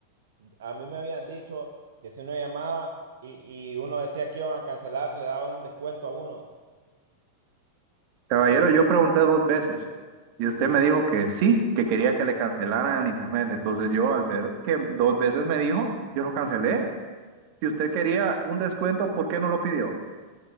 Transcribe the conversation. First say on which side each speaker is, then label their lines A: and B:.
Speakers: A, on the right (about 60°); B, on the right (about 45°).
A: A mí me habían dicho que si uno llamaba y, y uno decía que iban a cancelar, le daban un descuento a uno.
B: caballero, yo pregunté dos veces y usted me dijo que sí, que quería que le cancelaran el internet. Entonces yo al ver que dos veces me dijo, yo lo cancelé. Si usted quería un descuento, ¿por qué no lo pidió?